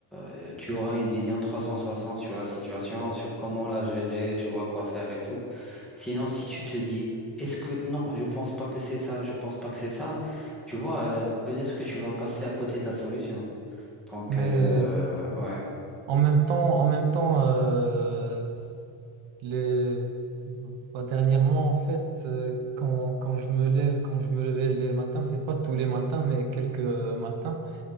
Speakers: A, in the centre; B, on the right (about 85°).
A: euh, tu auras une vision 360 sur la situation, sur comment la gérer, tu vois quoi faire et tout. Sinon, si tu te dis, est-ce que, non, je pense pas que c'est ça, je pense pas que c'est ça, tu vois, euh, peut-être que tu vas passer à côté de la solution. Donc,
B: Mais
A: euh, ouais,
B: en même temps, en même temps, euh, Les... bah, dernièrement, en fait, euh, quand, quand je me lève, quand je me levais les matins, c'est pas tous les matins, mais quelques matins,